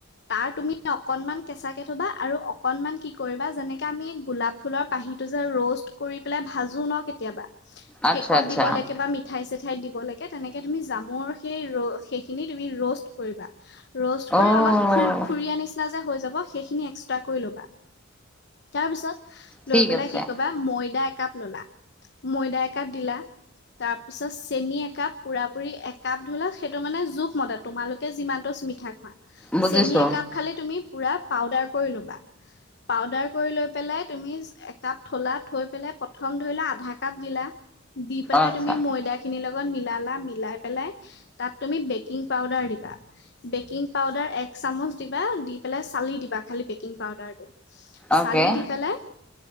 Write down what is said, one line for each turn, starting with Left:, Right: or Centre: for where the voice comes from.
Left: তাৰ তুমি অকনমান কেঁচাকে থবা আৰু অকনমান কি কৰিবা যেনেকে আমি গোলাপ ফুলৰ পাহি টো যে ৰষ্ট কৰি পেলাই ভাজো ন কেতিয়াবা,
Centre: আচ্ছা
Left: কেকত
Centre: আচ্ছা
Left: দিবলেকে বা মিক ঠাই চিঠাই দিব লাগে তেনেকে তুমি জামুৰ সেই ৰ সেইখিনি তুমি ৰ'ষ্ট কৰিবা। ৰ'ষ্ট কৰি
Centre: অ',
Left: অলপ খুৰ খুৰীয়া নিচিনা যে হৈ যাব সেইখিনি এক্সট্ৰা কৰি ল'বা তাৰপিছত
Centre: ঠিক
Left: লৈ পেলাই
Centre: আছে
Left: কি কবা, ময়দা একাপ ললা, ময়দা একাপ দিলা তাৰপিছত চেনি একাপ পুৰা পুৰি একাপ ধলা সেইটো মানে জোখ মদাত তোমালোকে যিমানটোচ মিঠা খোৱা,
Centre: বুজিছো
Left: চেনী একাপ খালে তুমি পুৰা পাউদাৰ কৰি ল'বা, পাউদাৰ কৰি লৈ পেলাই তুমি একাপ থ'লা, থৈ পেলাই প্ৰথম ধৰি ল' আধা কাপ দিলা, দি পেলাই
Centre: আচ্ছা
Left: তুমি ময়ডা খিনিৰ লগত মিলালা মিলাই পেলাই তাত তুমি বেকিং পাউদাৰ দিবা। বেকিং পাউদাৰ এক চামুচ দিবা দি পেলাই চালি দিবা খালি বেকিং পাউদাৰটো।
Centre: অ'কে
Left: চালি দি পেলাই